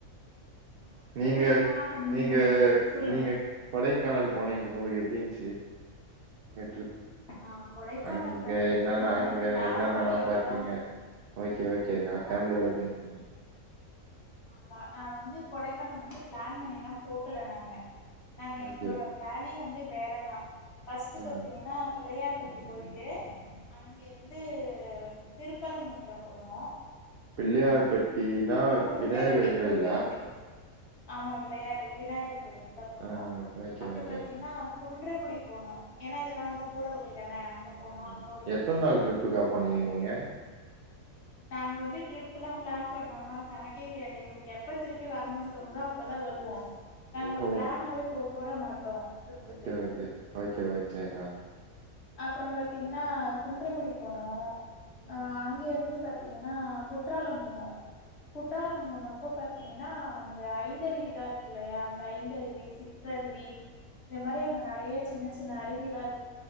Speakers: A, on the left; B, on the right.
A: ஆ
B: நீங்க
A: என்னல்லா பண்ணுவீங்க
B: நீங்க
A: டே சொல்லுங்க
B: நீங்க கொடை கேனல் போனீங்களா உங்ளுக்கு எப்டி இந்ச்சி நேற்று
A: நா கொடைக்கானல்
B: அங்க
A: பாத்தீங்கன்னா
B: இன்னானா அங்க
A: எ ஃபேமிலியோட
B: இன்னானல்லா பாத்தீங்க
A: தா
B: ஓகே ஓகே அக்கா
A: நா
B: ஃபேம்லியோட போய்ரு
A: ஆ பா நா வந்து கொடைக்கானலந்து ப்ளான் பண்ண எல்லா போகல நாங்க நாங்க
B: ஓகே
A: எங்ளோட ப்ளானே வந்து வேறதா ஃபஸ்ட்டு
B: ஆ
A: பத்தீங்கன்னா பிள்ளையார் பட்டி போயிட்டு அங்கிருந்து திருப்பரங்குன்றம் போனோ
B: பிள்ளயார்பட்டினா
A: குன்றக்குடி
B: விநாயகர் கோயிலா
A: குன்றக்குடி ஆமா விலையாரு விநாயகர் கோவிலுக்கு தா போனோ
B: ஆ ஓகே
A: அப்ற
B: ஓகேங்க
A: பாத்தீங்கன்னா குன்றக் குடி போனோ ஏனா இதுலா வந்து
B: ம்
A: போற வழி தானே அங்க போனு
B: ம்
A: அங்க ஒரு முருகன்
B: எத்தன் நாள்
A: கோவில்
B: ட்ரிப்புக்கா
A: இருக்கு அங்க
B: போனீங்க
A: போனோ
B: நீங்க
A: நாங்க வந்து ட்ரிப்ல்லா ப்ளான் பண்ணோனா கணக்கே கடையாது எங்ளுக்கு எப்ப திருப்பி வரணுன் தோணுதோ அப்பதா வருவோ நாங்க
B: ஓஹோ
A: ஒரு ப்ளானாவே போ போட மாட்டோ ட்ரிப்புக்கு
B: ஓகே ஓகே ஓகே ஓக்தேக்கா
A: அப்புறொ பாத்தீங்கன்னா குன்றகுடிக் போனோ
B: ம்
A: அ அங்க இருந்து பாத்தீங்கன்னா குற்றாலம் போனோ குற்றாலம் போனோப்போ பாத்தீங்கன்னா அங்க ஐந்தருவில்லா இருக்கு இல்லையா அந்த ஐந்தருவி சிற்றருவி இந்த மாரி அங்க நெறய சின்ன சின் ன்ன அறுவிலா இருக்